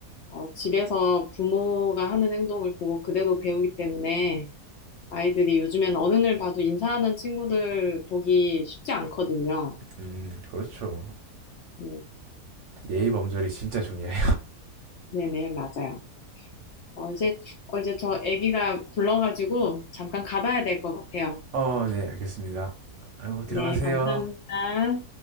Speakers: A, on the left; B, on the right.
A: 어, 집에서 부모가 하는 행동을 보고 그대로 배우기 때문에 아이들이 요즘엔 어른을 봐도 인사하는 친구들 보기 쉽지 않거든요.
B: 음, 그렇죠.
A: 네,
B: 예의 범절이 진짜 중요해요.
A: 네네, 맞아요. 어, 이제, 어, 이제 저 아기가 불러가지고 잠깐 가봐야 될 것 같아요.
B: <laughs> 어, 네, 알겠습니다. 아이고, 들어가세요.
A: 네, 감사합니다.